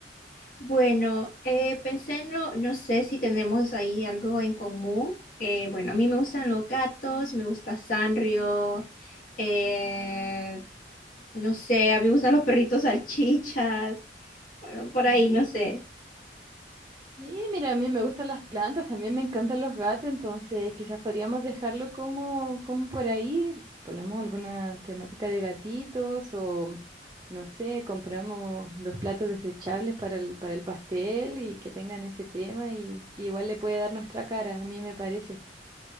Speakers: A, on the left; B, on the right.
A: Bueno, eh, pensé, no, no sé si tenemos ahí algo en común. Eh, bueno, a mí me gustan los gatos, me gusta Sanrio, eh, no sé, a mí me gustan los perritos salchichas, bueno, por
B: Ujú.
A: ahí, no sé.
B: Sí, mira, a mí me gustan las plantas, también me encantan los gatos, entonces quizás podríamos dejarlo como, como por ahí. Ponemos alguna temática de gatitos o, no sé, compramos los platos desechables para el, para el pastel y que tengan ese tema y y igual le puede dar nuestra cara, a mí me parece.